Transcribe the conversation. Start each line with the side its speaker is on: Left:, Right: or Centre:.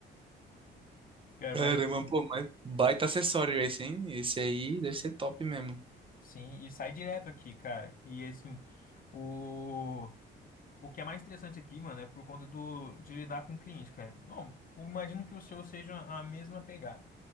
Left: Cara,
Right: Caramba,
Left: mas
Right: pô, mas baita acessório esse, hein? Esse aí deve ser top mesmo.
Left: sim, e sai direto aqui, cara. E assim. O... O que é mais interessante aqui, mano, é por conta do, de lidar com cliente, cara. Bom, eu imagino que o seu seja a mesma pegada.